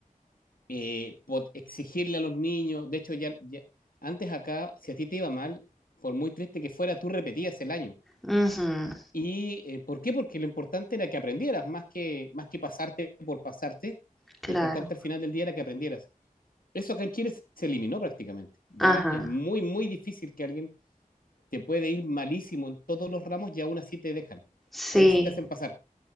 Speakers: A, on the left; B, in the centre.
A: eh, pot- exigirle a los niños. De hecho, ya, ya- antes acá, si a ti te iba mal, por muy triste que fuera, tú repetías el año.
B: ujú,
A: ¿Y eh, por qué? Porque lo importante era que aprendieras, más que, más que pasarte por pasarte,
B: claro.
A: lo importante al final del día era que aprendieras. Eso acá en Chile se- eliminó prácticamente. Ya
B: Ajá.
A: es muy, muy difícil que alguien te puede ir malísimo en todos los ramos y aún así te dejan,
B: Sí,
A: aún así te hacen pasar.